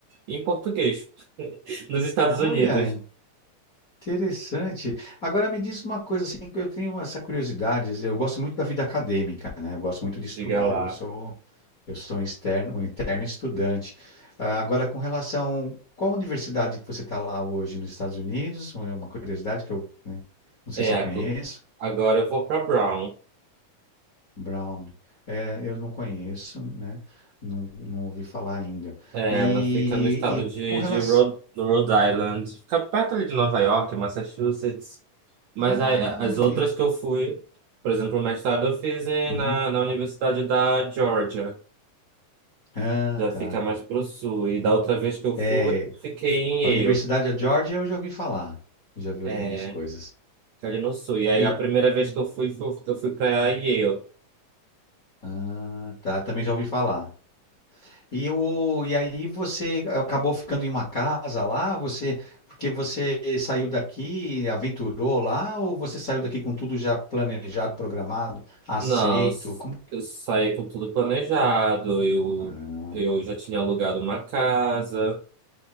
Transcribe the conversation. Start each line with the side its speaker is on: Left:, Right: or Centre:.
Right: em português nos Estados
Left: Olha,
Right: Unidos,
Left: interessante. Agora me diz uma coisa assim que eu tenho essa curiosidade. assim, Eu gosto muito da vida acadêmica, né? Eu gosto muito de estudar.
Right: diga lá.
Left: Eu sou eu sou um externo, um interno estudante. Ah, agora com relação qual universidade que você está lá hoje nos Estados Unidos? É Uma curiosidade que eu, né, não sei
Right: É,
Left: se
Right: ago-
Left: eu conheço.
Right: agora eu vou para Brown.
Left: Brown. É, eu não conheço, né? Não, não ouvi falar ainda.
Right: É,
Left: E,
Right: ela fica no estado de,
Left: e com relação
Right: de Rhode, Rhode Island, fica perto ali de Nova York, Massachusetts. Mas
Left: Ah,
Right: a- as
Left: entendi.
Right: outras que eu fui, por exemplo, o mestrado eu fiz em-
Left: Uhum.
Right: na, na Universidade da Georgia,
Left: Ah,
Right: já
Left: tá.
Right: fica mais pro sul. E da outra vez que eu fui,
Left: É,
Right: fiquei em
Left: a Universidade
Right: Yale,
Left: da Georgia eu já ouvi falar. Eu já vi algumas
Right: é,
Left: coisas.
Right: que é ali no sul. E aí
Left: E-
Right: a primeira vez que eu fui, fui- eu fui pra Yale.
Left: ah, tá, também já ouvi falar. E, o, e aí você acabou ficando em uma casa lá, você, porque você saiu daqui, aventurou lá, ou você saiu daqui com tudo já planejado, programado, aceito?
Right: Não, eu s-
Left: Como?
Right: eu saí com tudo planejado, eu,
Left: Ah,
Right: eu já tinha alugado uma casa.